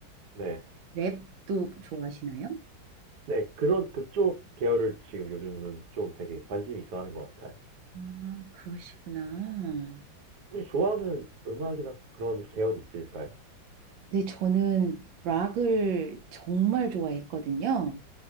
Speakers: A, on the right; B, on the right.
A: 네.
B: 랩도 좋아하시나요?
A: 네, 그런, 그쪽 계열을 지금 요즘은 좀 되게 관심이 있어 하는 것 같아요.
B: 아, 그러시구나.
A: 혹시 좋아하는 음악이나 그런 계열이 있을까요?
B: 네, 저는 락을 정말 좋아했거든요.